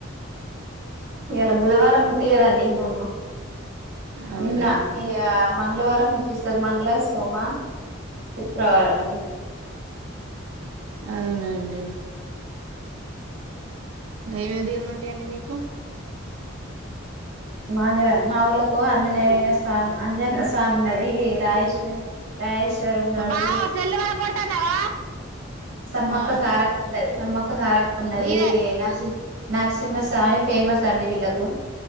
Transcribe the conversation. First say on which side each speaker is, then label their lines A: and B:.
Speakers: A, on the right; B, on the right.
A: ఇయాలా బుధవారం ముట్టి కదా అండి ఇమ్మ
B: అవునండి
A: నిన్న మంగళవారం ముట్టి స్తాది మంగళ సోమా శుక్రవారం అండి
B: అవునండి ఏమెమి దిగులు ఉంటాయిండి మీకు
A: ఆ ని మా వాళ్లకు ఆంజనేయన స్వామి అంజన స్వామి ఉన్నది రాయేశ రాయేశ్వరి ఉన్నాడు
B: బావ సెల్లు పగల కొడతాన్నావా
A: సమ్మక్క
B: ఆ
A: సారక్క ఉన్నది సమ్మక్క సారక్క ఉన్నది
B: నీదే
A: నర్సిం నరసింహస్వామి ఫేమస్ అండి వీళ్ళకు